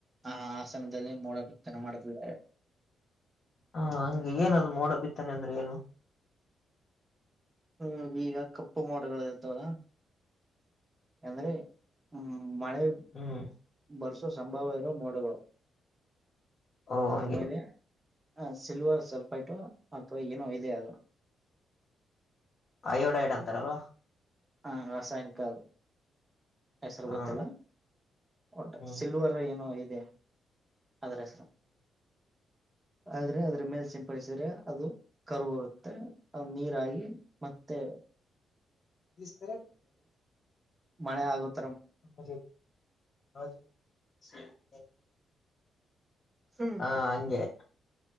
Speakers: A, on the right; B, on the left.
A: ಆ ಆಸನದಲ್ಲಿ ಮೋಡ ಬಿತ್ತನ ಮಾಡತಿದ್ದಾರೆ
B: ಹ ಹಗೆ ಏನದು ಮೋಡ ಬಿತ್ತಾನೆ ಅಂದ್ರೆ ಏನು
A: ಹ್ಮ್ ಈಗ ಕಪ್ಪು ಮೋಡುಗಳು ಇರ್ತಾವದ ಅಂದ್ರೆ ಹ್ಮ ಮಳೆ
B: ಹ್ಮ್
A: ಬರ್ಸೋ ಸಂಭವ ಇರೋ ಮೋಡಗಳು
B: ಓ
A: ಅದ್ರ
B: ಹಂಗೆ
A: ಮೇಲೆ ಹ ಸಿಲ್ವರ್ ಸ್ವಲ್ಪ ಇಟ್ಟು ಅಥವಾ ಏನೋ ಇದೆ ಅದು
B: ಅಯೋಡೈಡ್ ಅಂತಾರಲ್ವಾ
A: ಹಾ ರಾಸಾಯನಿಕಲ್ ಹೆಸರು
B: ಹ
A: ಗೊತ್ತಿಲ್ಲ ಒಟ್ಟ
B: ಹ್ಮ್
A: ಸಿಲ್ವರ್ ಏನೋ ಇದೆ ಅದ್ರೆ ಸರ್
B: ಹ
A: ಆದ್ರೆ ಅದ್ರ ಮೇಲೆ ಸಿಂಪಡಿಸಿದ್ರೆ ಅದು ಕರುರುತ್ತೆ ಅ ನೀರಾಗಿ ಮತ್ತ ಮತ್ತು
B: ಇ ತರ
A: ಮಳೆ ಆಗುತ್ತೆ
B: ಹ
A: ಹ್ಮ್
B: ಹಾ ಹಂಗೆ